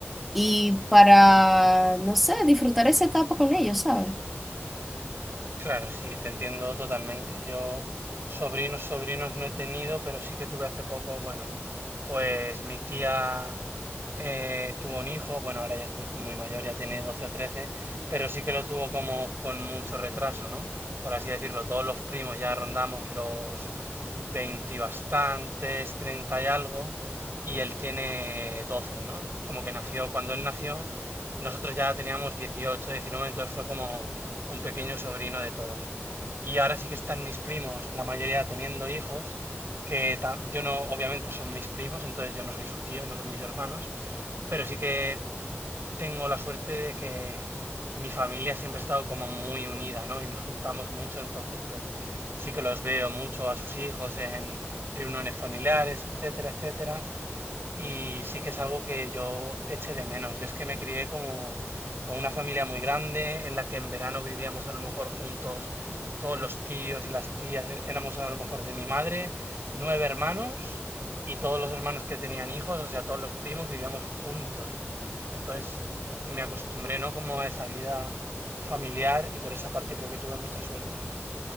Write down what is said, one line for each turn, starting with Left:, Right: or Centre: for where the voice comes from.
Centre: y para, no sé, disfrutar esa etapa con ellos, ¿sabes?
Right: Claro, sí, te entiendo totalmente. Yo sobrinos, sobrinos no he tenido, pero sí que tuve hace poco, bueno, pues mi tía eh, tuvo un hijo, bueno, ahora ya es mu- muy, mayor, ya tiene doce o trece pero sí que lo tuvo como con mucho retraso, ¿no? Por así decirlo, todos los primos ya rondamos los 20 y bastantes, 30 y algo, y él tiene doce ¿no? Como que nació, cuando él nació, nosotros ya teníamos dieciocho diecinueve entonces fue como... un pequeño sobrino de todos. Y ahora sí que están mis primos, la mayoría teniendo hijos, que ta- yo no, obviamente son mis primos, entonces yo no soy su tío, no son mis hermanos, pero sí que tengo la suerte de que mi familia siempre ha estado como muy unida, ¿no? Y nos juntamos mucho, entonces pues sí que los veo mucho a sus hijos en reuniones familiares, etcétera, etcétera. Y sí que es algo que yo eché de menos. Yo es que me crié como con una familia muy grande, en la que en verano vivíamos a lo mejor juntos todos los tíos y las tías. é- Éramos a lo mejor de mi madre, nueve hermanos y todos los hermanos que tenían hijos, o sea, todos los primos vivíamos juntos. Entonces me acostumbré, ¿no? Como a esa vida familiar y por esa parte creo que tuve mucha suerte.